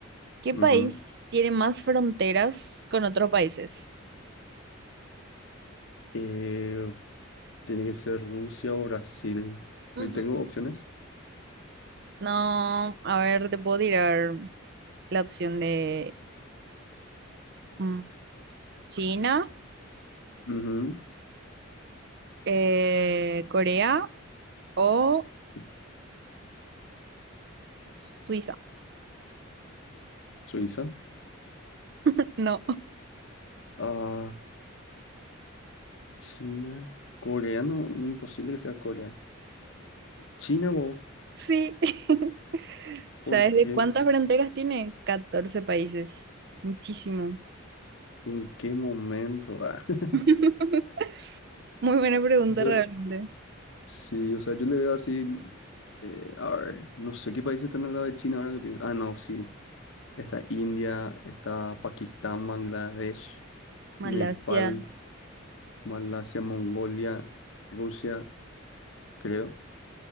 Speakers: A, on the right (about 55°); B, on the left (about 75°).
A: ¿Qué
B: Ujú.
A: país tiene más fronteras con otros países?
B: Eh, tiene que ser Rusia o Brasil.
A: Mm,
B: Eh, ¿Tengo
A: mm.
B: opciones?
A: No, a ver, te puedo tirar la opción de mm, China,
B: Ujú.
A: eh, Corea o
B: Sí,
A: Suiza.
B: Suiza.
A: <laughs> No.
B: Ah, China. Corea, no, no, imposible que sea Corea. China, wow.
A: Sí. <laughs> ¿Sabes
B: ¿Por qué?
A: de cuántas fronteras tiene? 14 países. Muchísimo.
B: ¿En qué momento? Ah, <laughs>
A: <laughs> Muy buena pregunta
B: Yo,
A: realmente.
B: sí, o sea, yo le veo así. eh, a ver, no sé qué países están al lado de China ahora que pienso. Ah, no, sí. Está India, está Pakistán, Bangladesh,
A: Malasia,
B: Nepal. Malasia, Mongolia, Rusia, creo.